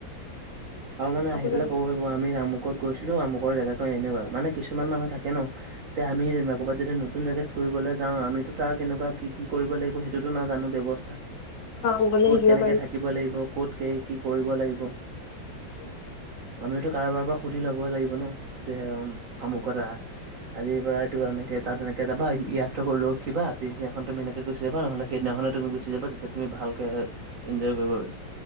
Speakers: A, on the right; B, on the left.
A: আৰু মানে আহি পেলাই
B: লাগে
A: কব পাৰিবি ত' আমি আমুকত গৈছিলো আমুকৰ জেগাকন এনেকোৱা, মানে কিছুমান মানুহ থাকে ন তে আমিয়ে জেনেবা ক'বাত যদি ন নতুন জেগাত ফুৰিবলৈ যাওঁ, আমিতো তাৰ কেনেকুৱা কি কি কৰিব লাগিব সেইটোতো নাজানো ব্যৱস্থা।
B: ক'বলৈ
A: ক'ত
B: শিকিব
A: কেনেকে
B: পাৰি।
A: থাকিব লাগিব, ক'ত কি কৰিব লাগিব।
B: উম
A: আমিওটো কাৰোবাৰ পৰা সুধি লব লাগিব ন যে আমুকত আ আজিৰ পৰা এইটো এনেকে তাত এনে যাবা ইয়াত ৰখিবা পিছদিনাখন এনেকে গুচি যাবা নহ'লে সেইদিনাখনে তুমি গুচি যাবা তেতিয়া তুমি ভালকে এনজয় কৰিব পাৰি।